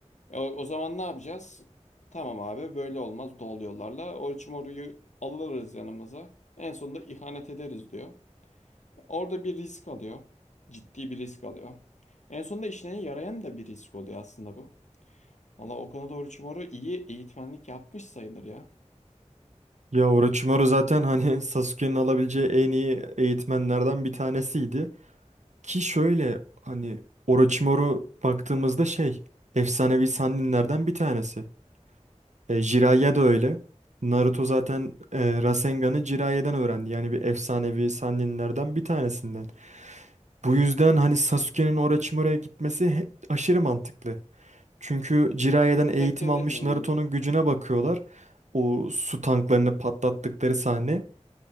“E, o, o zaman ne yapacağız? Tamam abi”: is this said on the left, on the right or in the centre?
Left